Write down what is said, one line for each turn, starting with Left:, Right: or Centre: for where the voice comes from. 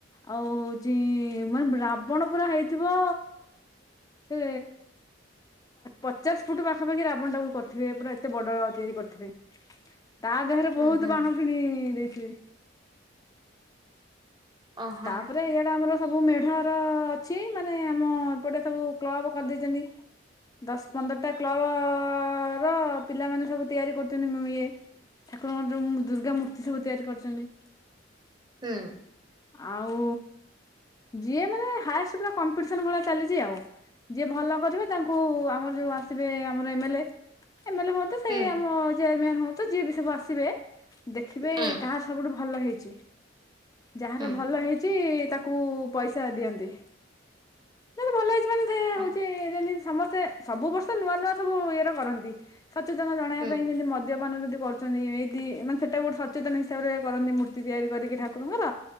Left: ଆଉ ହଉଛି ମାନେ ରାବଣ ପୁରା ହେଇଥିବ ସେ ପଚାଶ ଫୁଟ ପାଖାପାଖି ରା ରାବଣ ଟାକୁ କରିଥିବେ ପୁରା ଏତେ ବଡ ତିଆରି କରିଥିବେ ତା ଦେହରେ
Right: ହୁଁ
Left: ବହୁତ
Right: ହୁଁ
Left: ବାଣ ଫୁଣି ଦେଇଥିବେ
Right: ଓହୋ
Left: ତାପରେ ଇଆଡେ ଆମର ସବୁ ମେଢର ଅଛି ମାନେ ଆମ ଏପଟେ ସବୁ କ୍ଲବ କରିଦେଇଛନ୍ତି। ଦଶ ପନ୍ଦରଟା କ୍ଲବ ର ପିଲାମାନେ ସବୁ ତିଆରି କରୁଛନ୍ତି ଇଏ ଠାକୁରଙ୍କର ଯଉ ମୂ ଦୁର୍ଗା ମୂର୍ତ୍ତି ସବୁ ତିଆରି କରିଛନ୍ତି।
Right: ହୁଁ।
Left: ଆଉ ଯିଏ ମାନେ ହାଷ୍ଟ ପୁରା କମ୍ପିଟିସନ ଭଳିଆ ଚାଲିଛି ଆଉ। ଯିଏ ଭଲ କରିବେ ତାଙ୍କୁ ଆମର ଯୋଉ ଆସିବେ ଆମର ଏମେଲେ। ଏମେଲେ ହୁଅନ୍ତୁ ସେ
Right: ହୁଁ
Left: ଆମ ଚେୟାରମ୍ୟାନ ହୁଅନ୍ତୁ ଯିଏ ବି ସବୁ ଆସିବେ। ଦେଖିବେ
Right: ହୁଁ ହୁଁ।
Left: କାହାର ସବୁଠୁ ଭଲ ହେଇଛି ଯାହାର
Right: ହୁଁ
Left: ଭଲ ହେଇଛି ତା କୁ ପଇସା ଦିଅନ୍ତି ଭଲ ହେଇଛି ମାନେ ସେ
Right: ହଁ
Left: ହଉଛି ଯେମତି ସମସ୍ତେ ସବୁ ବର୍ଷ ନୂଆ ନୂଆ ସବୁ ଇଏରେ କରନ୍ତି ସଚେତନ ଜଣାଇବା
Right: ହୁଁ
Left: ପାଇଁ ଯେମିତି ମଦ୍ୟପାନ ଯଦି କର ଚନ୍ତି ଏଇଠି ମାନେ ସେଇଟା ଗୋଟେ ସଚେତନ ହିସାବରେ କରନ୍ତି ମୂର୍ତ୍ତି ତିଆରି କରିକି ଠାକୁରଙ୍କର।